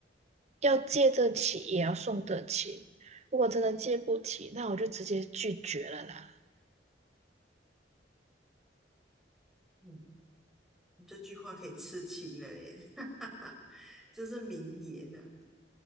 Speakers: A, on the right; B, in the centre.
A: 要借得起也要送得起。如果真的借不起，那我就直接拒绝了啦。
B: 嗯。你这句话可以刺青了耶，<laughs> 这是名言呢、